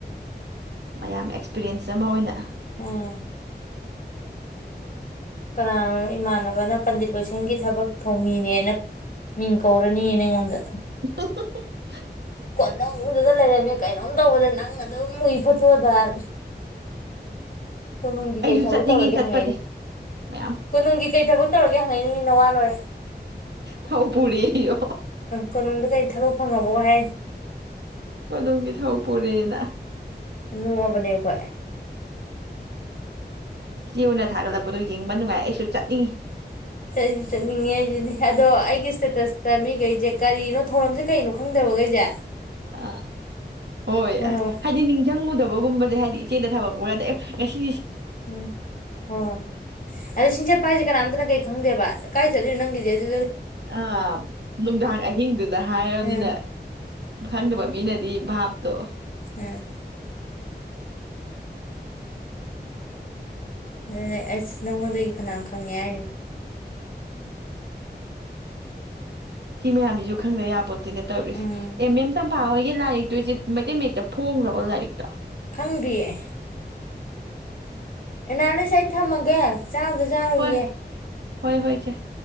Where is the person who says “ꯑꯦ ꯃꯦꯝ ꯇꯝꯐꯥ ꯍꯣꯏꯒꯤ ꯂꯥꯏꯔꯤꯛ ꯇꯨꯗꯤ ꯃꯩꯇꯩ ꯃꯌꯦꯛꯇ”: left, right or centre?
Right